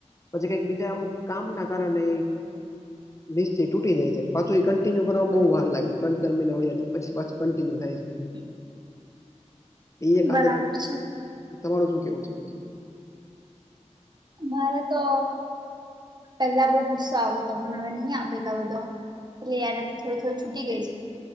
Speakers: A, on the left; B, on the right.
A: પછી કઈક બીજા અમુક કામ ના કારણે
B: <unintelligible>
A: નિશ્ચય તૂટી જાય છે પાછું એ કન્ટિન્યુ કરવાવામાં બઉુ ભાર લાગે ત્રણ ચાર મહિના વાયા જાય પી પાછું કન્ટિન્યુ થાય છે
B: <unintelligible>
A: એક
B: બરાબર
A: આદત
B: છે
A: તમારું શું કેવું છે
B: મારે તો પેલા બઉ ગુસ્સો આવ્યો હતો મને હવે નહી આવતો એટલે એના થોડું થોડું છૂટી ગય